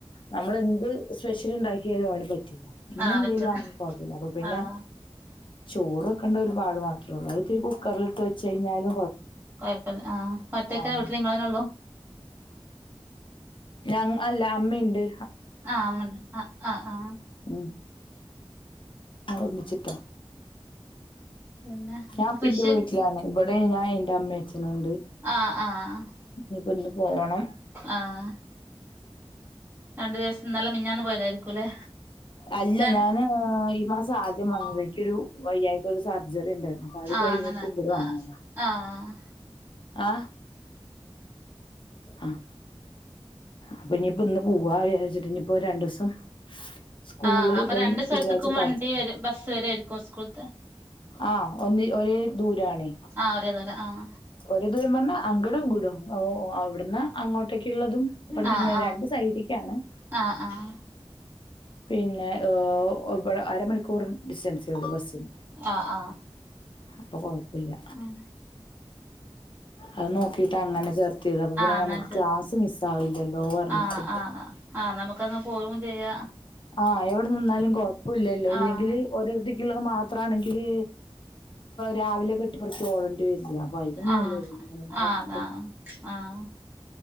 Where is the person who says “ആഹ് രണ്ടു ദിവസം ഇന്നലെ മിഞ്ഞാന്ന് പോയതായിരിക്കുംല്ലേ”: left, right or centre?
Right